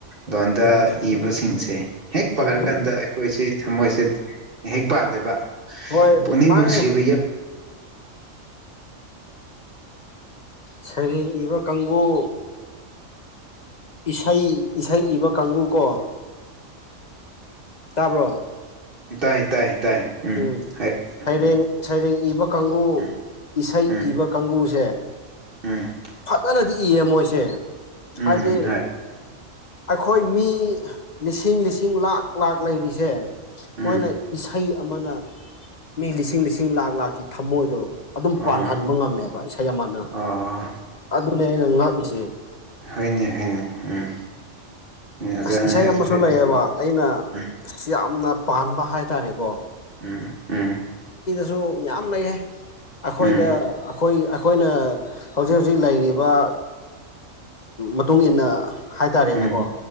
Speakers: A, on the right (about 45°); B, on the left (about 35°).
A: ꯂꯣꯟꯗ
B: ꯎꯝ
A: ꯏꯕꯁꯤꯡꯁꯦ ꯍꯦꯛ ꯄꯥꯔꯀꯥꯟꯗ
B: ꯎꯝ
A: ꯑꯩꯈꯣꯏꯁꯤ ꯊꯃꯣꯏꯁꯦ ꯑꯗꯨꯝ ꯍꯦꯛ ꯄꯥꯜꯜꯂꯤꯦꯕ
B: ꯍꯣꯏ
A: ꯄꯨꯅꯤꯡ
B: ꯃꯥꯅꯦ
A: ꯅꯨꯡꯁꯤꯕ ꯌꯥ
B: ꯁꯩꯔꯦꯡ ꯏꯕ ꯀꯥꯡꯕꯨ ꯏꯁꯩ ꯏꯁꯩ ꯏꯕ ꯀꯥꯡꯕꯨ ꯀꯣ ꯇꯥꯕ꯭ꯔꯣ
A: ꯇꯥꯏ ꯇꯥꯏ ꯇꯥꯏ
B: ꯎꯝ
A: ꯍꯥꯏꯔꯣ ꯍꯥꯏꯔꯣ
B: ꯁꯩꯔꯦꯡ
A: ꯎꯝ
B: ꯁꯩꯔꯦꯡ ꯏꯕ ꯀꯥꯡꯒꯨ
A: ꯎꯝ
B: ꯏꯁꯩ
A: ꯎꯝ
B: ꯏꯕ ꯀꯥꯡꯒꯨꯁꯦ
A: ꯎꯝ
B: ꯐꯖꯅꯗꯤ ꯏꯌꯦ ꯃꯣꯏꯁꯦ
A: ꯎꯝ
B: ꯍꯥꯏꯗꯤ
A: ꯍꯣꯏ
B: ꯑꯩꯈꯣꯏ ꯃꯤ ꯂꯤꯁꯤꯡ ꯂꯤꯁꯤꯡ ꯂꯥꯛ ꯂꯥꯛ ꯂꯩꯔꯤꯁꯦ
A: ꯎꯝ
B: ꯃꯣꯏꯅ ꯏꯁꯩ ꯑꯃꯅ ꯃꯤ ꯂꯤꯁꯤꯡ ꯂꯤꯁꯤꯡ ꯂꯥꯛ ꯂꯥꯛꯀꯤ ꯊꯝꯃꯣꯏꯗꯣ ꯑꯗꯨꯝ
A: ꯑꯣ
B: ꯄꯥꯟꯍꯟꯕ ꯉꯝꯃꯦꯕ ꯏꯁꯩ ꯑꯃꯃꯅ
A: ꯑꯣ
B: ꯑꯗꯨꯅꯦ ꯑꯩꯅ ꯉꯛꯏꯁꯦ
A: ꯍꯅꯦ ꯍꯅꯦ ꯎꯝ ꯑꯣꯖꯥꯅ
B: ꯑꯁ ꯏꯁꯩ
A: ꯍꯥꯏꯔꯁꯨ
B: ꯑꯃꯁꯨ
A: ꯍꯣꯏ
B: ꯂꯩꯌꯦꯕ
A: ꯆꯨꯝꯃꯦ
B: ꯑꯩꯅ ꯑ
A: ꯎꯝ
B: ꯌꯥꯝꯅ ꯄꯥꯟꯕ ꯍꯥꯏꯇꯥꯔꯦꯀꯣ
A: ꯎꯝ ꯎꯝ
B: ꯁꯨ ꯌꯥꯝꯌꯥꯝ ꯂꯩ ꯍꯥꯏ ꯑꯩꯈꯣꯏꯗ
A: ꯎꯝ
B: ꯑꯩꯈꯣꯏ ꯑꯩꯈꯣꯏꯅ ꯍꯧꯖꯤꯛ ꯍꯧꯖꯤꯛ ꯂꯩꯔꯤꯕ ꯃꯇꯨꯡ ꯏꯟꯅ ꯍꯥꯏꯇꯥꯔꯦꯅꯦꯀꯣ
A: ꯎꯝ